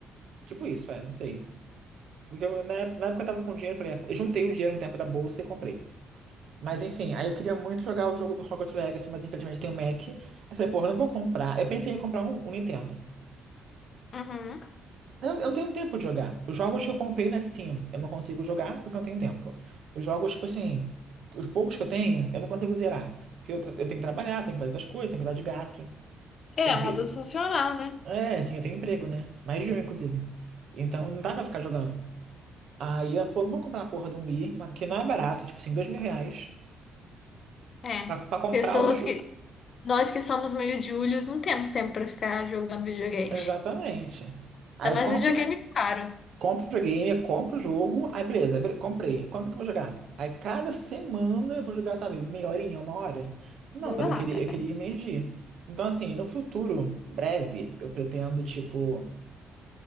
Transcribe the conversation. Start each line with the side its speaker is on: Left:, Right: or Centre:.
Right: tipo isso, é, não sei. Porque eu- na, na época eu tava com dinheiro, eu falei, é, eu juntei o dinheiro um tempo da bolsa e comprei. Mas enfim, aí eu queria muito jogar o jogo do Hogwarts Legacy, mas infelizmente tem o Mac. Aí eu falei, porra, eu não vou comprar. Eu pensei em comprar um, um Nintendo.
Left: Uhum.
Right: Eu, eu não tenho um tempo de jogar. Os jogos que eu comprei na Steam, eu não consigo jogar porque eu não tenho tempo. Os jogos, tipo assim, os poucos que eu tenho, eu não consigo zerar. Porque eu, tra- eu tenho que trabalhar, tenho que fazer outras coisas, tenho que cuidar de gato,
Left: É,
Right: tenho que
Left: um
Right: ver.
Left: adulto funcional, né?
Right: É, assim, eu tenho emprego, né? Mais de um, inclusive. Então não dá pra ficar jogando. Aí ela falou, não vou comprar a porra de um Wii, mas que não é barato, tipo assim, dois mil reais
Left: É.
Right: pra, pra comprar
Left: Pessoas
Right: o jogo.
Left: que. Nós que somos meio júlios, não temos tempo pra ficar jogando videogame.
Right: Exatamente. Aí
Left: Ainda
Right: eu
Left: mais
Right: compro,
Left: videogame caro.
Right: compro o videogame, compro o jogo, aí beleza, be- comprei. Quando que eu vou jogar? Aí cada semana eu vou jogar, sabe, meia horinha, uma hora. Não,
Left: Não
Right: sabe,
Left: dá,
Right: eu queria,
Left: cara.
Right: eu queria emergir. Então, assim, no futuro, breve, eu pretendo, tipo,